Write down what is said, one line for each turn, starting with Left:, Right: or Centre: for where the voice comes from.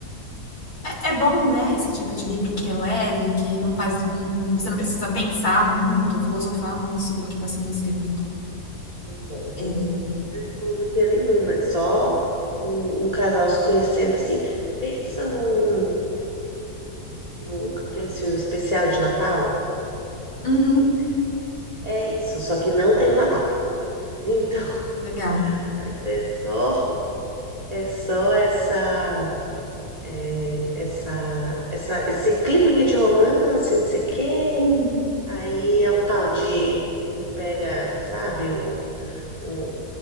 Left: É, é bom, né? Esse tipo de livro que é leve, que não faz, não- você não precisa pensar muito, ou filosofar muito sobre o que está sendo escrito.
Right: Não tem, não
Left: É,
Right: tem filosofia nenhuma, é só um, um casal se conhecendo assim. Pensa num, num aqueles filmes especial de Natal
Left: uhum,
Right: que tem. É isso, só que não tem o Natal. Então, <laughs>
Left: legal.
Right: mas é só, é só essa, é, essa, essa, esse climinha de romance, não sei o quê.
Left: Uhum,
Right: Aí é um tal de um pega, sabe? um um,